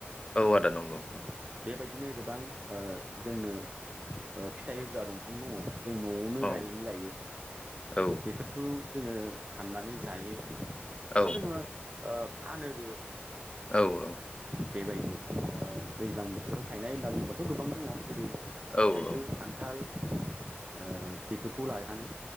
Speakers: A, on the left; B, on the right.
A: औ आदा नंगौ।
B: अ बेबायदिनो गोबां ओ जोंनो ओ फिथाइ होग्रा दंफां दङ। जों नआवनो
A: औ
B: गायनानै लायो
A: औ
B: बेफोरखौ जोङो हाननानै जायो। एब
A: औ
B: जोङो ओ फानोबो।
A: औ औ।
B: बेबायदि ओ दैज्लां बोथोराव थायनाय होनना बुंबा थगोबां दङ जेरै
A: औ
B: थाइजौ खान्थाल ओ बेफोरखौ लानानै